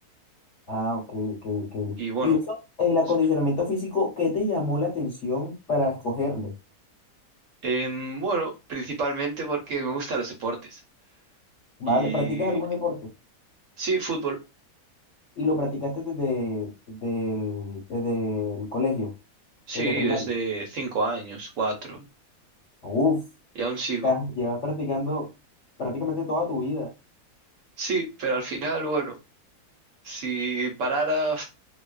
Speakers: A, on the left; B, on the right.
A: Ah, ok, ok, ok.
B: Y bueno,
A: Y eso, el acondicionamiento
B: s-
A: físico, ¿qué te llamó la atención para escogerlo?
B: em, bueno, principalmente porque me gustan los deportes.
A: Vale,
B: Y
A: ¿practicas algún deporte?
B: sí, fútbol,
A: Y lo practicaste desde, desde el, desde el colegio,
B: sí,
A: desde primaria.
B: desde cinco años, cuatro,
A: Uf,
B: y aún sigo.
A: ya llevas practicando prácticamente toda tu vida.
B: Sí, pero al final, bueno, si parara...